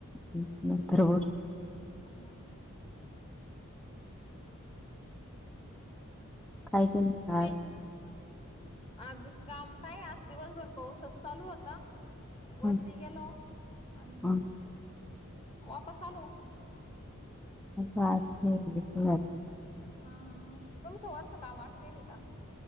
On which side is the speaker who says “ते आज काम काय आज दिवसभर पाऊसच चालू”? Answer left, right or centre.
Left